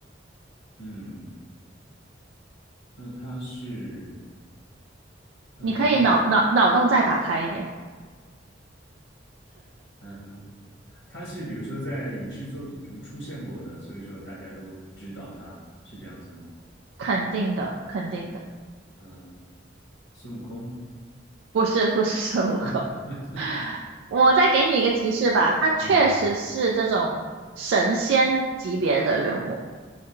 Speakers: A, on the left; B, on the right.
A: 嗯，那他是呃，
B: 你可以脑脑脑洞再打开一点，
A: 比如说，嗯哼。他是比如说在影视作品中出现过的，所以说大家都知道他是这样子吗？
B: 肯定的，肯定的，
A: 嗯，孙悟空，
B: 不是不是孙悟空。
A: <laughs>
B: <laughs> 我再给你一个提示吧，他确实是这种神仙级别的人物，
A: 嗯